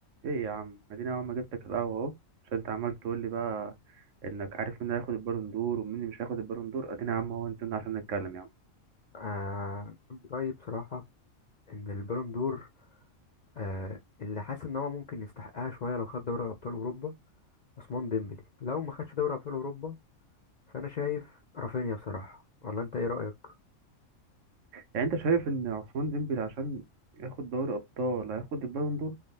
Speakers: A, on the right; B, on the left.
A: ايه يا عم اديني اول ما جبتك القهوه اهو عشان انت عمال تقول لي بقى انك عارف مين هياخد البالون دور ومين اللي مش هياخد البالون دور اديني يا عم اهو نزلنا عشان نتكلم يعني
B: آه رأيي بصراحة إن البالون دور آه اللي حاسس إن هو ممكن يستحقها شوية لو خد دوري أبطال أوروبا عثمان ديمبلي لو ما خدش دوري أبطال أوروبا فأنا شايف رافينيا بصراحة ولا أنت إيه رأيك؟
A: يعني انت شايف ان عثمان ديمبلي عشان ياخد دوري ابطال هياخد البالون دور